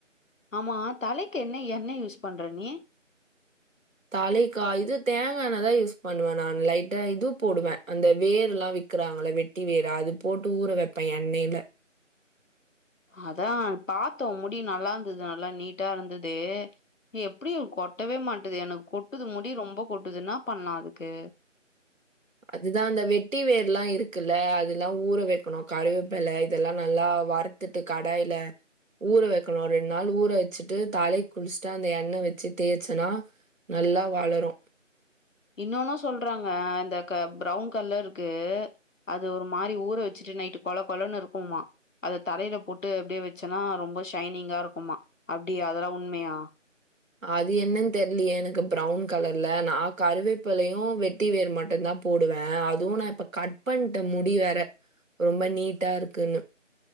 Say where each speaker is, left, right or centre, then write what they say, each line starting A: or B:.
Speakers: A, on the left; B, on the right.
A: ஆமா தலைக் என்ன எண்ணெ யூஸ் பண்ற நீ
B: தலைக்கா இது தேங்கா எண்ணதா யூஸ் பண்ணுவே நானு லைட்டா இது போடுவே அந்த வேர்லா விக்கிறாங்கள வெட்டி வேர் அது போட்டு ஊற வப்பே எண்ணெல
A: அதா பாத்தோ முடி நல்லா இருந்தது நல்லா நீட்டா இருந்தது நீ எப்டி கொட்டவே மாட்டுது எனக் கொட்டுது முடி ரொம்ப கொட்டுது என்னாப் பண்ணலா அதுக்கு
B: அதுதா அந்த வெட்டி வேர்லா இருக்குல்ல அதெல்லா ஊற வக்கணு கருவேப்பில இதெல்லா நல்லா வறு த்துட்டு கடாயில ஊற வக்கணு ரெண் நாள் ஊற வச்சுட்டு தலைக் குளிச்சுட்டு அந்த எண்ணெ வச்சு தேச்சனா நல்லா வளரு
A: இன்னோனு சொல்றாங்க அந்த க ப்ரௌன் கலருக்கு அது ஒரு மாரி ஊற வச்சுட்டு நைட்டு கொல கொலன்னு இருக்குமா அத தரையில போட்டு அப்டியே வச்சன்னா ரொம்ப ஷைனிங்கா இருக்குமா அப்டியா அதெல்லா உண்மயா
B: அது என்னன்னு தெர்லயே எனக்கு ப்ரவுன் கலர்ல நா கருவேப்பலயும் வெட் டி வேர் மட்டுதா போடுவே அது நா இப்ப கட் பண்ட்டே முடி வேற ரொம்ப நீட்டா இருக்குன்னு